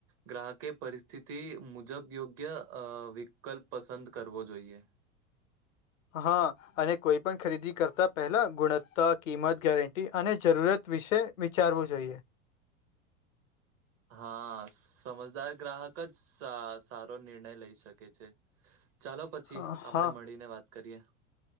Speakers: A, on the right (about 35°); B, on the left (about 75°).
A: ગ્રાહકે પરિસ્થિતિ મુજબ યોગ્ય અ વિકલ્પ પસંદ કરવો જોઈએ.
B: હા. અને કોઈ પણ ખરીદી કરતાં પહેલા ગુણવત્તા, કિંમત, ગેરંટી અને જરૂરત વિશે વિચારવું જોઈએ.
A: હા સમજદાર ગ્રાહક જ સા સારો નિર્ણય લઈ શકે છે. ચાલો પછી
B: હા
A: આપડે
B: હા
A: મળીને વાત કરીએ.